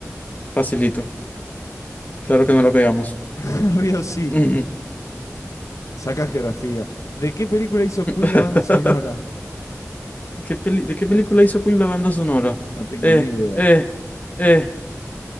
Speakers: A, on the left; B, on the left.
A: Facilito. Claro que no la pegamos.
B: <laughs> Río Sil.
A: Ujú.
B: Sacá geografía. ¿De qué película hizo
A: <laughs>
B: Queen la banda sonora?
A: ¿Qué peli- ¿De qué película hizo Queen la banda sonora?
B: No tengo
A: Eh,
B: ni idea.
A: eh, eh,